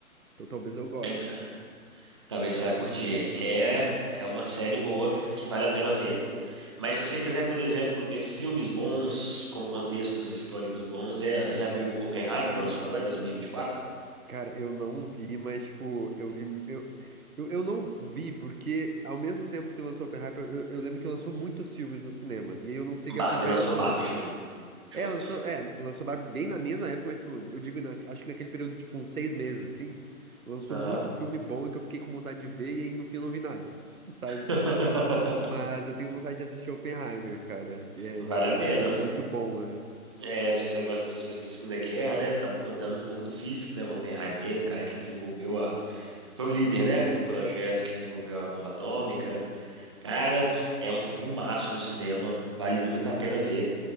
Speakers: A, on the right; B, on the right.
A: Então talvez eu goste.
B: É- talvez você vai curtir. É, é uma série boa que vale a pena ver. Mas se você quiser, por exemplo, ver filmes bons com contextos históricos bons, é, já viu Oppenheimer, que lançou agora, 2024?
A: Cara, eu não vi, mas, tipo, eu vi. Eu, eu, eu não vi, porque ao mesmo tempo que lançou Oppenheimer, eu, eu lembro que lançou muitos filmes no cinema. E aí eu não consegui
B: Barbie
A: acompanhar
B: lançou
A: todos.
B: Barbie Júnior junto.
A: É, lançou, é, lançou Barbie bem na mesma época, mas, tipo, eu digo, na- acho que naquele período, de, tipo, uns seis meses, assim. Lançou
B: Aham.
A: muito filme bom e que eu fiquei com vontade de ver, e aí no fim eu não vi nada, <laughs> sabe?
B: <laughs>
A: Mas eu tenho vontade de assistir Oppenheimer, cara. É,
B: Vale
A: dizem
B: a pena.
A: que é muito bom, né?
B: É, se você gosta dessas coisas da Segunda Guerra, né? Tava contando um pouco do físico, né? O Oppenheimer mesmo, o cara que desenvolveu
A: Sim.
B: a. Foi o líder, né? Do projeto que desenvolveu a bomba atômica. Cara, é um filmaço no cinema, vale muito a pena ver.